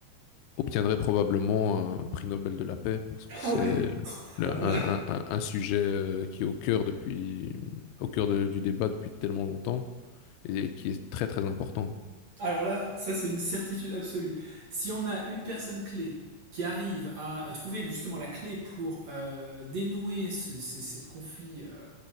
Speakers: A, on the left; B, on the right.
A: obtiendrait probablement un prix Nobel de la paix parce que
B: Ah
A: c'est
B: oui.
A: le-
B: Alors
A: un,
B: là,
A: un- un- un sujet euh, qui est au cœur depuis, au cœur de- du débat depuis tellement longtemps et qui est très très important.
B: alors là, ça c'est une certitude absolue. Si on a une personne clé qui arrive à trouver justement la clé pour euh, dénouer ce, ce- cette conflit euh,